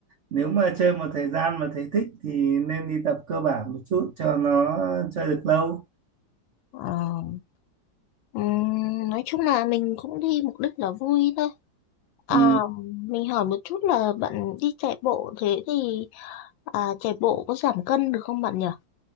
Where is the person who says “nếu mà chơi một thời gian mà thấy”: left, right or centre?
Right